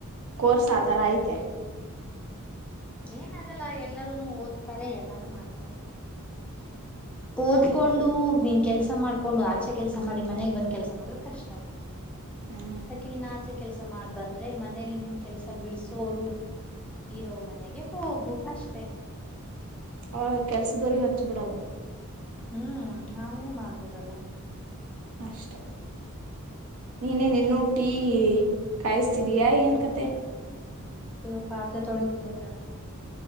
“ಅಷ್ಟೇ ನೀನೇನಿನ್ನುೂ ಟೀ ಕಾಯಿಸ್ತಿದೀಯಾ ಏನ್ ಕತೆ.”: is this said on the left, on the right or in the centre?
Right